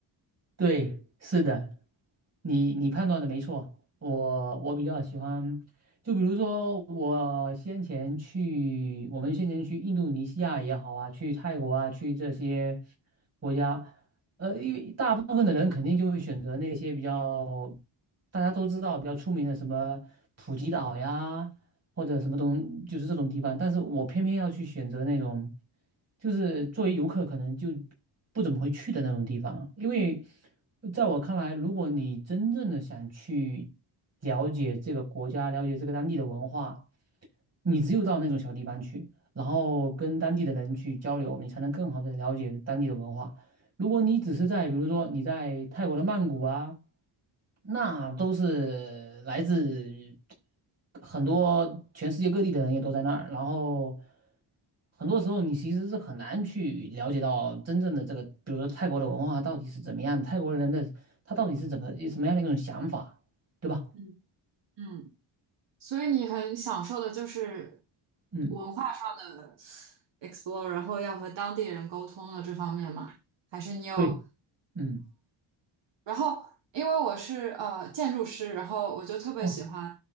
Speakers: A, on the right; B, on the right.
A: 对，是的，你你判断的没错。我我比较喜欢，就比如说我先前去，我们先前去印度尼西亚也好啊，去泰国啊，去这些国家，呃，因为大部分的人肯定就会选择那些比较大家都知道比较出名的什么普吉岛呀，或者什么东，就是这种地方，但是我偏偏要去选择那种，就是作为游客可能就不怎么会去的那种地方，因为在我看来，如果你真正的想去了解这个国家，了解这个当地的文化，你只有到那种小地方去，然后跟当地的人去交流，你才能更好的了解当地的文化。如果你只是在，比如说你在泰国的曼谷啊。那都是来自很多全世界各地的人也都在那儿，然后很多时候你其实是很难去了解到真正的这个，比如说泰国的文化到底是怎么样的，泰国人的他到底是怎么什么样的一种想法，对吧？
B: 嗯嗯。所以你很享受的就是
A: 嗯
B: 文化上的 explore，然后要和当地人沟通的这方面嘛？还是你有？
A: 对，嗯，
B: 然后因为我是呃建筑师，然后我就特别喜欢
A: 哇，